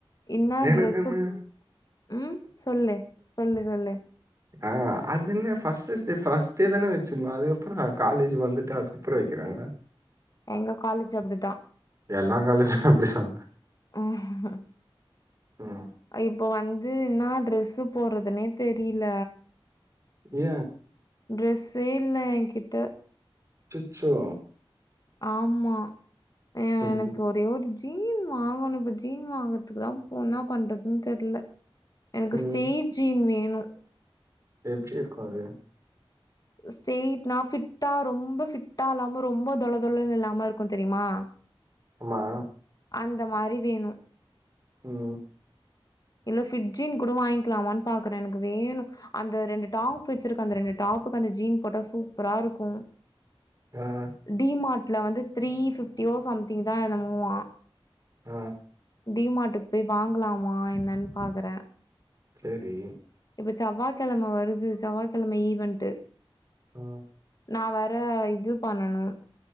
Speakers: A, on the left; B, on the right.
A: இன்ன
B: எனக்குன்னு
A: ட்ரெஸ்சு ம் சொல்லு சொல்லு சொல்லு
B: ஆ அதுஎன்ன ஃபஸ்ஸெஸ்டே பஸ்டேதானே வெச்சிருர்னு அது எப்பட்றா காலேஜ் வந்துட்டு அதுக்கப்றோ வைக்கிறாங்க
A: எங்க காலேஜ் அப்பிடிதா
B: எல்லா காலேஜ்சு அப்பிடிதா
A: ஆஹா
B: <unintelligible>
A: இப்ப வந்து இன்னா டிரெஸ்சு போட்றதுன்னே தெரியில
B: ஏ
A: டிரெஸ்ஸே இல்ல ‌எங்கிட்ட
B: அச்சச்சோ
A: ஆமா எனக்கு
B: ம்
A: ஒரே ஒரு ஜீன் வாங்கணு இப்ப ஜீன் வாங்கறதுக்கு தா போ என்ன பண்றதுன்னு தெரியில எனக்கு
B: ம்
A: ஸ்டேட் ஜீன் வேணு
B: எப்டி இருக்கு அது
A: ஸ்டேட்னா ஃபிட்டா ரொம்ப ஃபிட்டா இல்லாம ரொம்ப தொளதொளன்னு இல்லாம இருக்கு தெரியுமா
B: ஆமா
A: அந்த மாரி வேணு
B: ம்
A: இல்ல ஃபிட் ஜீன் கூட வாங்கிக்கலாமான்னு பாக்குறே எனக்கு வேணு அந்த ரெண்டு டாப் வெச்சிருக்க அந்த ரெண்டு டாப்புக்கு அந்த ஜீன் போட்டா சூப்பரா இருக்கு
B: ஆ
A: டி மாட்ல வந்து த்ரீ ஃபிப்டியோ சம்திங் தா என்னமோவா
B: ஆ
A: டி மார்ட்க்கு போய் வாங்கலாமா என்னன்னு பாக்குறே
B: சேரி
A: இப்ப செவ்வாக்கழம வருது செவ்வாக்கெழம ஈவென்ட்டு
B: ஆ
A: நா வேற இது பண்ணணு